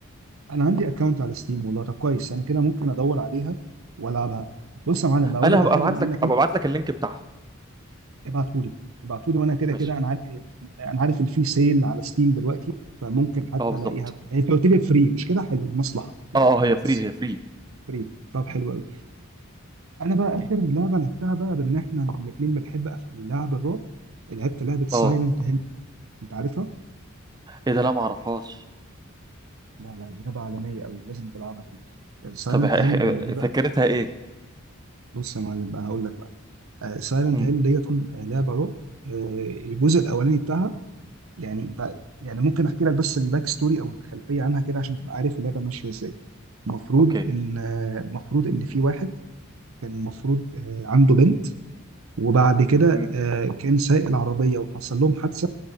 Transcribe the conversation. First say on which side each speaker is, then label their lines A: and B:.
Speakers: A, on the right; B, on the right.
A: انا عندي اكونت على ستيم والله طب كويس انا كده ممكن ادور عليها والعبها بص يا معلم بقول
B: انا
A: لك
B: هبقى
A: على حاجه
B: ابعت
A: بما
B: لك
A: انك انت
B: هبقى ابعت لك اللينك بتاعها
A: ابعتهولي ابعتهولي وانا كده
B: ماشي
A: كده انا عارف انا عارف ان في سيل على ستيم دلوقتي فممكن حتى
B: اه بالظبط
A: الاقيها يعني انت قلت لي فري مش كده حلو مصلحه
B: اه
A: آه،
B: اه
A: كويس
B: هي فري هي فري
A: فري طب حلو قوي انا بقى اخر لعبه لعبتها بقى بما ان احنا الاثنين بنحب أف- لعب الرعب لعبت لعبه سايلنت
B: اه
A: هيل انت عارفها؟
B: ايه ده لا ما اعرفهاش
A: لا لا لعبه عالميه قوي لازم تلعبها دي سايلنت
B: طب ح-
A: هيل
B: ح-
A: دي بقى
B: فكرتها ايه
A: بص يا معلم بقى هقول لك بقى. سايلنت
B: امم
A: هيل ديت أم- آه، لعبه رعب آه، الجزء الاولاني بتاعها يعني انت يعني ممكن احكي لك بس الباك ستوري او الخلفيه عنها كده عشان تبقى عارف اللعبه ماشيه ازاي المفروض
B: اوكي
A: ان آه، المفروض ان في واحد كان المفروض آه، عنده بنت وبعد كده
B: امم
A: آه، كان سايق العربيه وحصل لهم حادثه